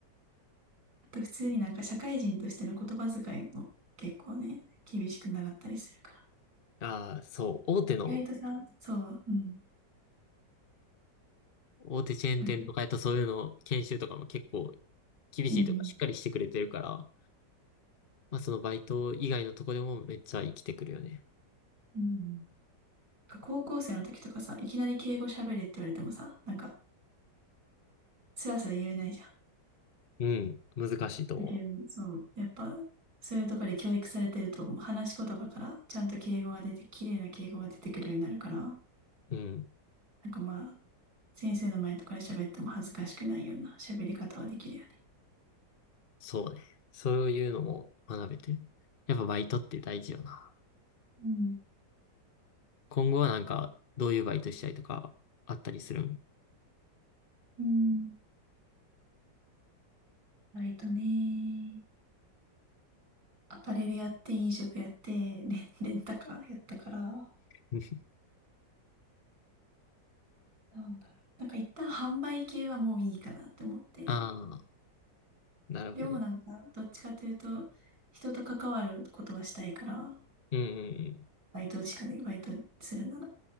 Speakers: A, on the right (about 55°); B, on the left (about 45°).
A: あと普通になんか社会人としての言葉遣いも結構ね、厳しく習ったりするか
B: う。ああ、そう、大手の
A: ら。意外とさ、そう、うん。
B: 大手チェーン店とかやとそういうの研修とかも結構
A: なんか、
B: 厳しいとかしっかりしてくれてるから、
A: うん。
B: まあそのバイト以外のとこでもめっちゃ生きてくるよね。
A: うん。なんか高校生の時とかさ、いきなり敬語喋れって言われてもさ、なんか、スラスラ言えないじゃん。
B: うん、難しいと思
A: だけど、そう、やっぱ、そういうところで教育されてると、話し言葉からちゃんと敬語が出て、綺麗な敬語が出てくるようになるから、
B: う。うん、
A: なんかまあ、先生の前とかで喋っても恥ずかしくないような喋り方はできるよね。
B: そうね。そういうのも学べて。やっぱバイトって大事よな。
A: うん。
B: 今後はなんかどういうバイトしたいとかあったりするん
A: うん。割とね。アパレルやって、飲食やって、レン、<laughs> レンタカーやったから、
B: <laughs>
A: なんだろう。なんか一旦販売系はもういいかなって思って。
B: ああ、なるほど。
A: でもなんか、どっちかというと、人と関わることはしたいから、
B: うん
A: バイトしかで、バイトするなら。